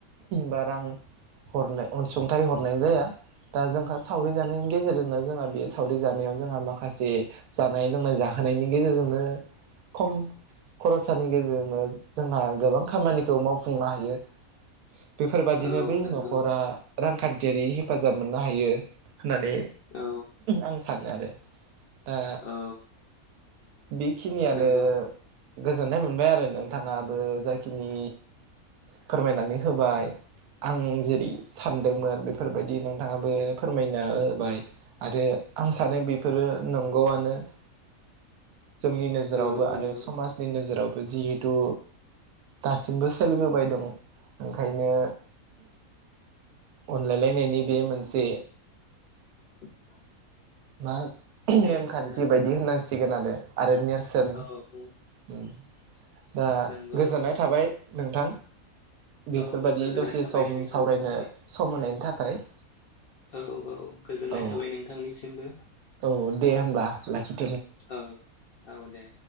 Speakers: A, on the right; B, on the left.
A: बा रां हरनो अनसुंथाइ हरनाय जाया दा जोंहा सावरि जानायनि गेजेरजोंनो जोंहा बे सावरि जानायाव जोंहा माखासे जानाय लोंनाय जाहोनायनि गेजेरजोंनो खम खरसानि गेजेरजोंनो जोंहा गोबां खामानिखौ मावफुंनो हायो बेफोरबायदिनो
B: औ
A: बै
B: नंगौ
A: न'खरा रांखान्थि जेरै हेफाजाब मोननो हायो होननानै
B: औ
A: आं सानो आरो दा
B: औ
A: बेखिनियानो
B: नंगौ
A: गोजोननाय मोनबाय आरो नोंथाङाबो जायखिनि फोरमायनानै होबाय आं जेरै सानदोंमोन बेफोरबायदि नोंथाङाबो फोरमायना होबाय आरो आं सानो बेफोरो नंगौआनो <inaudible> जोंनि नोजोरावबो
B: औ
A: आरो
B: नंगौ
A: समाजनि नोजोरावबो जिहेथु दासिमबो सोलिबोबाय दं ओंखायनो अनलायलायनायनि बे मोनसे
B: <inaudible>
A: मा
B: नेरसोन
A: नेमखान्थि
B: आरोना
A: बायदि होननांसिगोन आरो आरो नेरसोन
B: औ औ
A: ओम दा
B: नंगौ
A: गोजोननाय
B: नोंथां
A: थाबाय नोंथां बेफोरबायदि
B: औ गोजोननाय
A: दसे
B: थाबाय
A: सम
B: दे नोंथांजों
A: सावरायनो
B: सावराय
A: सम होनायनि थाखाय <unintelligible>
B: औ औ गोजोननाय
A: औ
B: थाबाय नोंथांनिसिमबो
A: औ दे होमबा लाखि
B: औ औ दे।